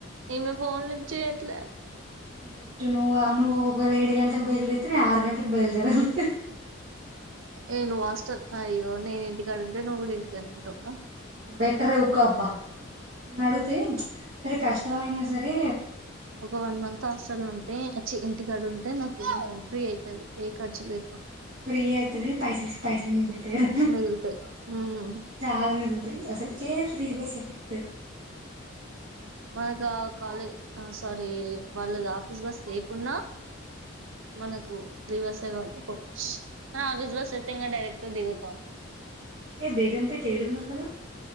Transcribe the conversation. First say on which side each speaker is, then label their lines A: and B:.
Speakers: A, on the right; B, on the right.
A: ఇమ పోన్ లే ఎలా
B: బెస్ట్ నువ్ నువవువే ఏడ్ గంటల బయల్దతి ఆరు గంటకి బెల్దరా అ
A: ఏను వాస్టర్ అయ్యో నేనుంటి డుంద నోవుడింది కని ఉ
B: బెట ర కా అబ్బా మడు తె సరే కష్టం అయినా సరే
A: ఒక వన్ మంత్ అసలు ఉ చ్చి ఇంటి కార్డు ఉంటే నాకు కొంచెం ఫ్రీ అవుతుది ఏ ఖర్చు లే
B: ఫ్రీ అవుతుది పైసలకి పైసలు మిగులుతాయి అ
A: మిగులుతాయి ఉమ్
B: చాలా మిగులు అసలు కే ఫ్రీ బస్ ఎఫెక్ట్
A: మనకా కాాల ఆ సారీ వాళ్ళ ఆఫీస్ బస్ లేకున్నా మనకు వి బస్ కాబట్టి పో విజ బస్ అయితే ఇంకా డైరెక్ట్గా దిగుతాంది
B: ఏ బేగంపేఠ ఏడున్న కాల